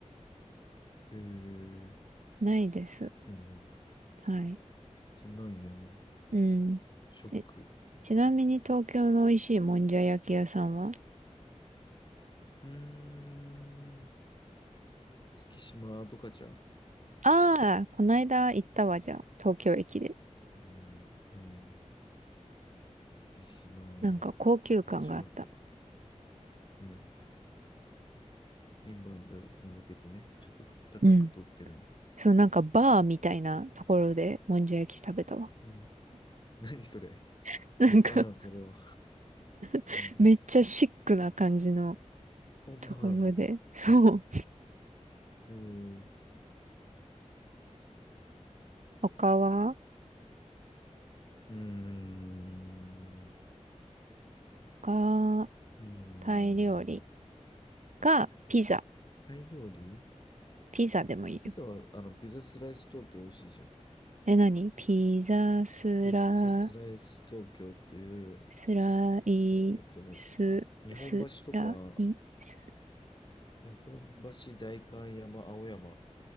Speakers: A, on the left; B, on the right.
A: へえー、
B: ないです。
A: そうなんだ。
B: はい。
A: じゃないんやね。
B: うん。
A: ショック。
B: えちなみに東京の美味しいもんじゃ焼き屋さんは
A: うーん。月島とかじゃう。
B: ああー、こないだ行ったわ、じゃあ、東京駅で。
A: うん、うん。月島
B: なんか高級感があった。
A: ちゃうかな。うん。インバウンドに向けてね、ちょっと高く取ってるんよ
B: うん。そう、なんかバーみたいなところでもんじゃ焼き食べたわ。
A: うん。何それ
B: <laughs> なんか
A: わからん、それは。
B: <laughs>
A: うん。
B: めっちゃシックな感じの
A: そんなんあんの。
B: ところで。そう。
A: えー、
B: 他は
A: うーん。
B: が、
A: うーん。
B: タイ料理かピザ。
A: タイ料理
B: ピザでもいいよ。
A: ピザは、あの、ピザスライス東京美味しいじゃん。
B: え、何ピザスラ、
A: ピッツァスライス東京っていう、
B: スライス、
A: えーっとね、日本橋とか、
B: スライス。
A: 日本橋、代官山、青山、